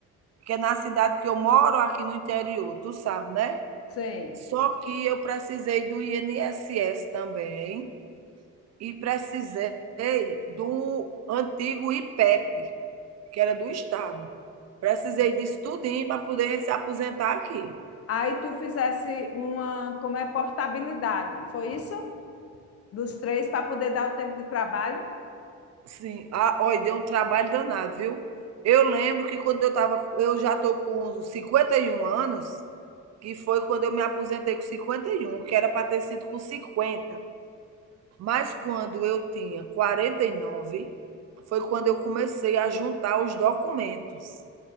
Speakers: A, on the right (about 60°); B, on the left (about 50°).
A: que é na cidade que eu moro, aqui no interior, tu sabe, né?
B: Sei.
A: Só que eu precisei do INSS também, e precisei do antigo IPEP, que era do Estado. Precisei
B: Sim.
A: disso tudinho para poder se aposentar aqui.
B: Aí tu fizesse uma, como é, portabilidade, foi isso? dos três para poder dar o tempo de trabalho?
A: Sim, ah, olha, deu um trabalho danado, viu? Eu lembro que quando eu estava, eu já estou com 51 anos, que foi quando eu me aposentei com 51, que era para ter sido com cinquenta, Mas quando eu tinha 49, foi quando eu comecei a juntar os documentos.